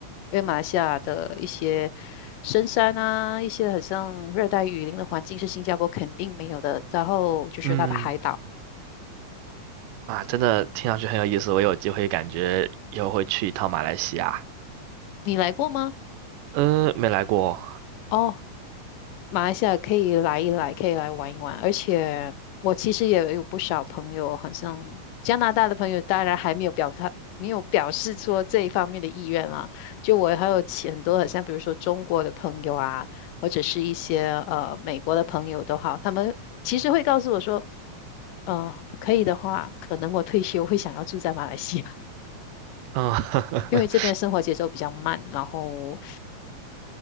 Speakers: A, on the left; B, on the right.
A: 因为马来西亚的一些深山啊，一些很像热带雨林的环境是新加坡肯定没有的。然后就是它的海岛，
B: 嗯啊，真的听上去很有意思，我有机会感觉以后会去一趟马来西亚。
A: 你来过吗？
B: 嗯，没来过。
A: 哦，马来西亚可以来一来，可以来玩一玩。而且我其实也有不少朋友，好像加拿大的朋友，当然还没有表态。没有表示出这一方面的意愿啦，就我还有其很多，很像比如说中国的朋友啊，或者是一些呃美国的朋友都好，他们其实会告诉我说。嗯，可以的话，可能我退休会想要住在马来西亚，
B: 嗯，<laughs>
A: <laughs> 因为这边生活节奏比较慢，然后